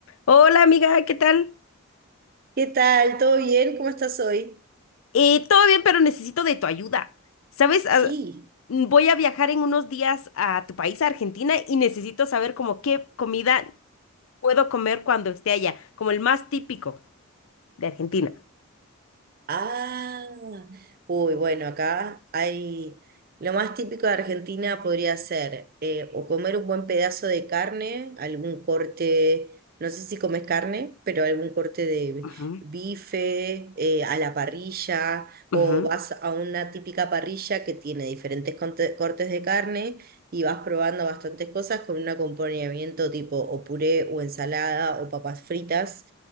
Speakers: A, on the left; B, on the right.
A: Hola amiga, ¿qué tal?
B: ¿Qué tal? ¿Todo bien? ¿Cómo estás hoy?
A: Eh, todo bien, pero necesito de tu ayuda. ¿Sabes? Ah,
B: Sí,
A: mm, voy a viajar en unos días a tu país, a Argentina, y necesito saber como qué comida puedo comer cuando esté allá, como el más típico de Argentina.
B: Ah, uy, bueno, acá hay lo más típico de Argentina podría ser eh, o comer un buen pedazo de carne, algún corte, no sé si comes carne, pero algún corte de
A: Ujú,
B: bife eh, a la parrilla o
A: ujú,
B: vas a una típica parrilla que tiene diferentes conte- cortes de carne y vas probando bastantes cosas con un acompañamiento tipo o puré o ensalada o papas fritas.